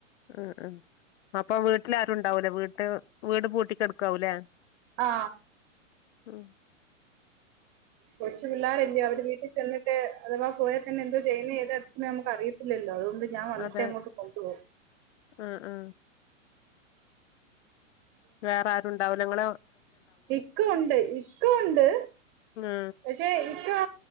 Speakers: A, on the left (about 65°); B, on the right (about 30°).
A: ആഹ് ആഹ് അപ്പൊ വീട്ടിൽ ആരുണ്ടാവൂലേ വീട്ട് വീട് പൂട്ടിക്കെടുക്കാവൂലേ
B: ആ
A: ഉം
B: കൊച്ചു പിള്ളാരല്യോ അവര് വീട്ടിൽ ചെന്നിട്ട് അഥവാ പോയ തന്നെ എന്തോ ചെയ്യുന്നെ ഏത് അഡ്മിഷനാന്ന് നമുക്ക് അറിയത്തില്ലല്ലോ അതു ണ്ട് ഞാൻ വന്നിട്ട്
A: അതെ
B: അങ്ങോട്ട് കൊണ്ടു പോകും.
A: ആ ആ വേറെ ആരുണ്ടാവൂല ങ്ങള്
B: ഇക്കുണ്ട് ഇക്കുണ്ട്
A: ആ
B: പക്ഷെ ഇക്കാ